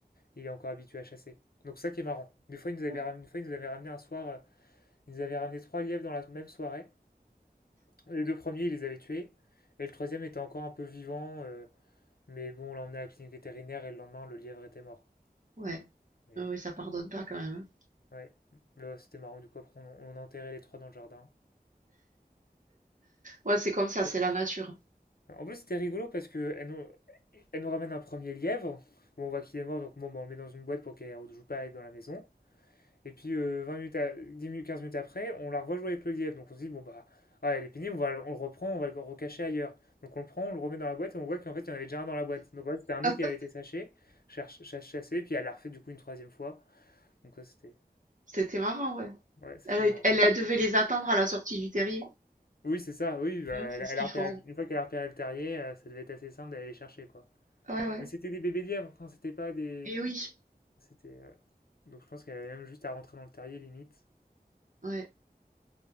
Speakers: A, on the left; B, on the right.
A: il est encore habitué à chasser. Donc ça qui est marrant. Des fois, il nous avait
B: Ouais.
A: ramené, une fois, il nous avait ramené un soir, euh, il nous avait ramené trois lièvres dans la même soirée. Les deux premiers, il les avait tués, et le troisième était encore un peu vivant. euh, Mais bon, on l'a emmené à la clinique vétérinaire et le lendemain, le lièvre était mort.
B: Ouais.
A: Mais
B: Ah Oui, ça pardonne pas quand même. hein.
A: bon, ouais, Mais ouais, c'était marrant. Du coup, après, on, on a enterré les trois dans le jardin.
B: Ouais, c'est comme ça,
A: Oui.
B: c'est la nature.
A: En plus, c'était rigolo parce que elle nous, elle nous ramène un premier lièvre. Bon, on voit qu'il est mort, donc bon, bah, on le met dans une boîte pour qu'elle ne joue pas avec dans la maison. Et puis, euh, 20 minutes à- 10 minutes, 15 minutes après, on la revoit jouer avec le lièvre. Donc, on se dit, bon, bah, ah, elle est pénible, on, va, on le reprend, on va le recacher ailleurs. Donc, on le prend, on le remet dans la boîte et on voit qu'en fait, il y en avait déjà un dans la boîte. Donc, ouais, c'était un
B: <laughs>
A: autre qui avait été saché, cherche- chassé, puis elle l'a refait du coup une troisième fois. Donc, ça, c'était
B: C'était marrant, ouais.
A: Ouais, c'était
B: Elle, a été-
A: marrant.
B: elle, elle devait les attendre à la sortie du terrier.
A: Oui, c'est ça, oui, bah,
B: Ouais,
A: elle,
B: c'est
A: elle
B: ce qu'ils
A: a repéré,
B: font.
A: une fois qu'elle a repéré le terrier, euh, ça devait être assez simple d'aller les chercher, quoi.
B: Ouais, ouais.
A: Mais c'était des bébés lièvres, enfin, c'était pas des...
B: Et oui.
A: C'était... euh, Donc je pense qu'elle avait même juste à rentrer dans le terrier, limite.
B: Ouais.